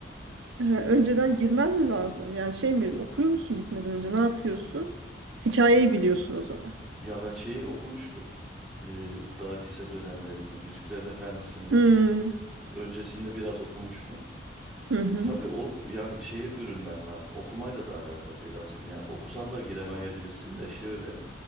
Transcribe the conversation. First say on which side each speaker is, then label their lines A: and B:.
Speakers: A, on the right; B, in the centre.
A: Ee, önceden girmen mi lazım? Yani şey mi okuyor musun gitmeden önce ne yapıyorsun? Hikayeyi biliyorsun o zaman.
B: Ya ben şeyi okumuştum. Ee, daha lise dönemlerinde Yüzüklerin Efendisi'ni
A: Hmm.
B: öncesinde biraz okumuştum.
A: Hı hı.
B: Tabii o yani şeye bürünmen lazım. Okumayla da alakalı değil aslında. Yani okusan da giremeyebilirsin de şöyle